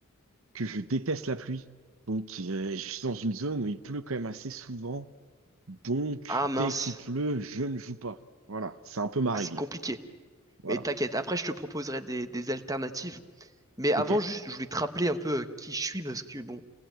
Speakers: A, on the right (about 65°); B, on the right (about 15°).
A: que je déteste la pluie. Donc, euh, je suis dans une zone où il pleut quand même assez souvent. Donc,
B: Ah mince.
A: dès qu'il pleut, je ne joue pas. Voilà, c'est un peu ma
B: Ah,
A: règle.
B: c'est compliqué.
A: Voilà.
B: Mais t'inquiète, après, je te proposerai des, des alternatives. Mais avant,
A: OK.
B: juste, je voulais te rappeler un peu euh, qui je suis parce que bon,